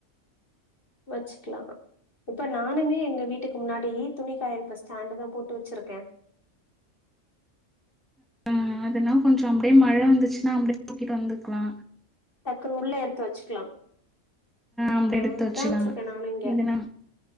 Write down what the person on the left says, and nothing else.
வெச்சுக்குலா இப்ப நானுமே எங்க வீட்டுக்கு முன்னாடி துணி காய வைக்குற ஸ்டாண்டு தா போட்டு வெச்சுருக்கே
டக்குனு உள்ள எடுத்து வச்சுக்கலா
ஆ
அதா வச்சிருகே நானு இங்க